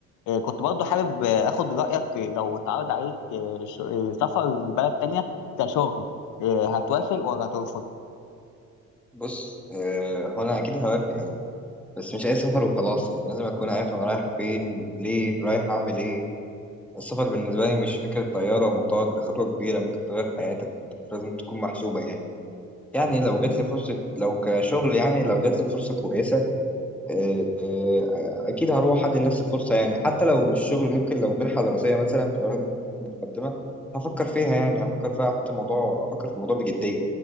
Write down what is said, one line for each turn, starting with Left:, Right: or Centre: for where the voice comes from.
Left: آه، كنت برضو حابب آه، اخد رايك آه، لو اتعرض عليك آه، ش- آه، سفر لبلد تانية كشغل آه، هتوافق ولا هترفض
Centre: بص إيه، هو انا اكيد هوافق يعني بس مش اي سفر وخلاص يعني لازم اكون عارف انا رايح فين ليه رايح اعمل ايه السفر بالنسبة لي مش فكرة طيارة ومطار دي خطوة كبيرة ممكن تغير حياتك لازم تكون محسوبة يعني يعني لو جات لي فرصة لو كشغل يعني لو جات لي فرصة كويسة آه، آه، أكيد هروح أدي لنفسي فرصة يعني حتى لو مش شغل ممكن لو منحة دراسية مثلا في بلد متقدمة هفكر فيها يعني هفكر فيها أحط الموضوع أفكر في الموضوع بجدية